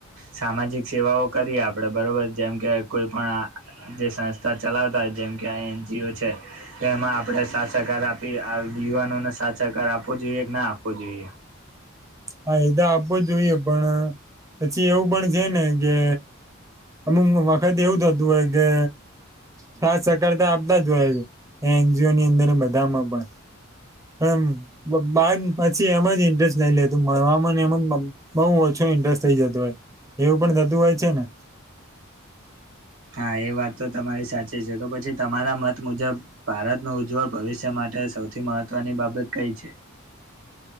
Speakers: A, on the right (about 75°); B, on the right (about 15°).
A: સામાજિક સેવાઓ કરીએ આપડે બરોબર જેમ કે કોઈ પણ જે સંસ્થા ચલાવતા જેમ કે આ એનજીઓ છે એમાં આપણે સાથ સહકાર આપીએ યુવાનોને સાથ સહકાર આપવો જોઈએ કે ના આપવો જોઈએ
B: હા એ તો આપવો જ જોઈએ પણ પછી એવું પણ છે ને કે અમુક વખત એવું થતું હોય કે સાથ સહકારતા આપતા જ જોય છે એનજીઓ ની અંદર ને બધામાં પણ એમ બાર પછી એમાં જ ઇન્ટરેસ્ટ નઈ લેતો તો મળવાવામાં એમાં બહુ ઓછો ઇન્ટરેસ્ટ થઇ જતો હોય એવું પણ થતું હોય છે ને
A: હા એ વાત તો તમારી સાચી છે તો પછી તમારા મત મુજબ ભારતનું ઉજ્જવળ ભવિષ્ય માટે સૌથી મહત્વની બાબત કઈ છે